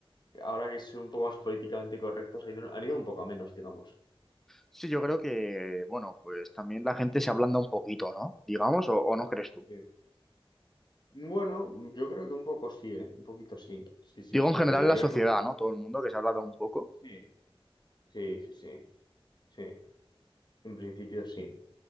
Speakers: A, on the left; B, in the centre.
A: ahora que son un poco más políticamente correctos, han ido, han ido un poco a menos, digamos.
B: Sí, yo creo que, bueno, pues también la gente se ablanda un poquito, ¿no? Digamos, o o no crees tú?
A: Eh, Bueno, yo creo que un poco sí, ¿eh? Un poquito sí. Sí, sí,
B: Digo
A: sí.
B: en general
A: Te diría
B: la sociedad,
A: que un poco...
B: ¿no? Todo el mundo que se ha hablado un poco.
A: Sí, sí, sí, sí. Sí, en principio sí.